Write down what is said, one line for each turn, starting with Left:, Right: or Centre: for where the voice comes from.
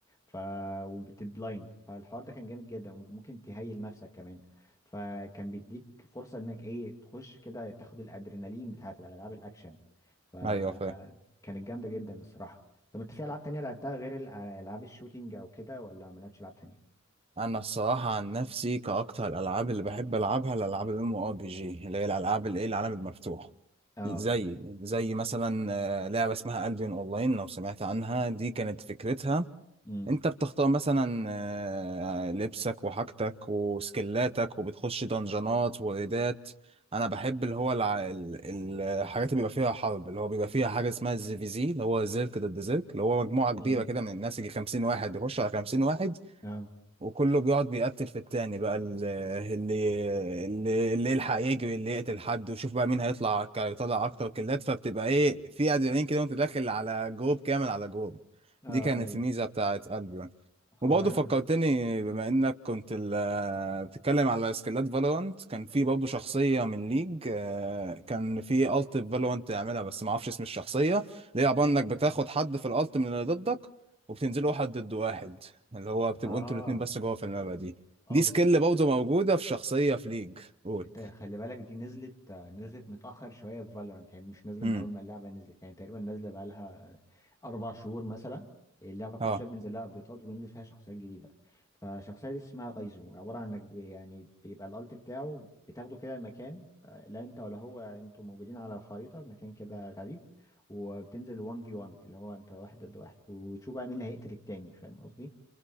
Left: ف وبتبلايند فالحوار ده كان جامد جدا وممكن تهيل نفسك كمان فكان بيديك فرصة انك ايه تخش كده تاخد الادرينالين بتاعت الالعاب الاكشن فكانت
Right: أيوه فاهم
Left: جامدة جدا الصراحة طب انت في العاب تانية لعبتها غير الأ- العاب الشوتينج او كده ولا ما لعبتش العاب تانية
Right: انا الصراحه عن نفسي كاكتر الالعاب اللي بحب العبها الالعاب الام ار بي جي اللي هي الالعاب الايه العالم المفتوح
Left: اه
Right: زي زي مثلا آه، لعبه اسمها البيون اونلاين لو سمعت عنها دي كانت فكرتها
Left: امم
Right: انت بتختار مثلا آه، لبسك وحاجتك وسكلاتك وبتخش دنجانات وريدات انا بحب اللي هو الع... ال- الحاجات اللي بيبقى فيها حرب اللي هو بيبقى فيها حاجه اسمها الزي في زي اللي هو زيرك ضد زيرك اللي هو مجموعه
Left: امم
Right: كبيره كده من الناس يجي 50 واحد يخش على 50 واحد
Left: اه
Right: وكله بيقعد بيقتل في التاني بقى ال- اللي اللي اللي يلحق يجري اللي يقتل حد وشوف بقى مين هيطلع ك- يطلع اكتر كلات فبتبقى ايه في ادرينالين كده وانت داخل على جروب كامل على جروب
Left: اه
Right: دي كانت
Left: ايوه
Right: الميزه بتاعت البيون
Left: هو
Right: وبرضه
Left: انا
Right: فكرتني بما انك كنت ال- بتتكلم على سكيلات فالورانت كان في برضه شخصيه من ليج آه، كان في الت في فالورانت تعملها بس ما اعرفش اسم الشخصيه اللي هي عباره انك بتاخد حد في الالت من اللي ضدك وبتنزلوا واحد ضد واحد اللي هو بتبقوا
Left: اه
Right: انتوا الاتنين بس جوه في الملعب دي
Left: اه
Right: دي
Left: بس
Right: سكيل برضه موجودة في شخصية في ليج قول
Left: انت خلي بالك دي نزلت نزلت متأخر شوية في فالورانت يعني مش نازلة
Right: امم
Left: من أول ما اللعبة نزلت يعني تقريبا نازلة بقالها أربع شهور مثلا اللعبة كل
Right: اه
Left: شوية بينزل لها أبديتات وبينزل فيها شخصيات جديدة فالشخصية دي اسمها غايزو عبارة عن إنك بي- يعني بيبقى الألت بتاعه بتاخده كده المكان آه، لا أنت ولا هو يعني أنتوا موجودين على الخريطة مكان كده غريب وبتنزل 1 في 1 اللي هو أنت واحد ضد واحد وتشوف بقى مين اللي هيقتل التاني فاهم قصدي؟